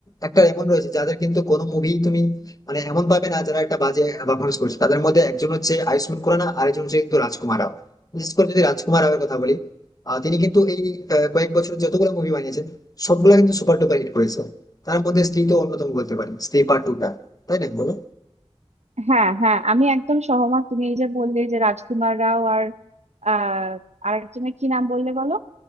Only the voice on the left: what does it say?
একটা এমন রয়েছে যাদের কিন্তু কোনো মুভি তুমি মানে এমন পাবে না যারা একটা বাজে পারফরমেন্স করছে তাদের মধ্যে একজন হচ্ছে আয়ুষ্মান খুরানা আর একজন হচ্ছে কিন্তু রাজকুমার রাও বিশেষ করে যদি রাজকুমার রাওয়ের কথা বলি আহ, তিনি কিন্তু এই আহ, কয়েক বছর যতগুলো মুভি বানিয়েছেন সবগুলা কিন্তু সুপার ডুপার হিট করেছে তার মধ্যে স্ত্রী তো অন্যতম বলতে পারি স্ত্রী পার্ট টু টা তাই না বলো